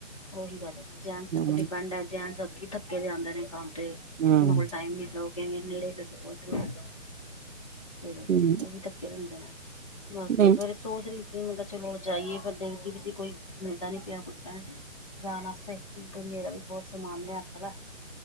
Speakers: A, on the left; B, on the right.
A: ਓਹੀ ਗੱਲ ਐ ਨਾ ਜੈਂਟਸ ਦੇ
B: ਹੂੰ
A: ਉੱਪਰ ਡਿਪੈਂਡ ਆ, ਜੈਂਟਸ ਅੱਗੀ ਥੱ ਕੇ ਵੇ ਆਂਦੇ ਨੇ ਕੰਮ ਤੇ
B: ਹੂੰ
A: ਓਨਾਂ ਕੋਲ ਟਾਈਮ <unintelligible> ਲਓ। ਫੇਰ
B: ਹੂੰ
A: ਓ ਵੀ ਥੱਕੇ ਵੇ ਹੁੰਦੇ ਨੇ, ਬਸ
B: ਨਹੀਂ
A: ਫੇਰ ਸੋਚ ਰਈ ਸੀ ਮੈਂ ਕਿਆ ਚਲੋ ਜਾਈਏ ਦੇਖਦੀ ਵੀ ਸੀ ਕੋਈ ਮਿਲਦਾ ਨੀ ਪਿਆ ਕੋਈ ਟਰਾਂਸ ਜਾਣ ਆਸਤੇ, ਕਿਓਂਕੇ ਮੇਰਾ ਵੀ ਬੋਤ ਸਮਾਨ ਲਿਆਣ ਵਾਲਾ।